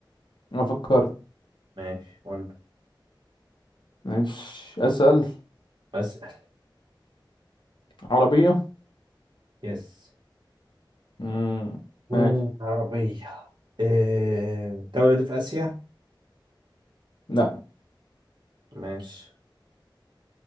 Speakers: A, on the left; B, on the right.
A: انا فكرت
B: ماشي وأنا
A: ماشي اسأل
B: أسأل
A: عربية
B: يس
A: مم.
B: مم،
A: ماشي
B: عربية إيه، الدولة دي في آسيا؟
A: لا
B: ماشي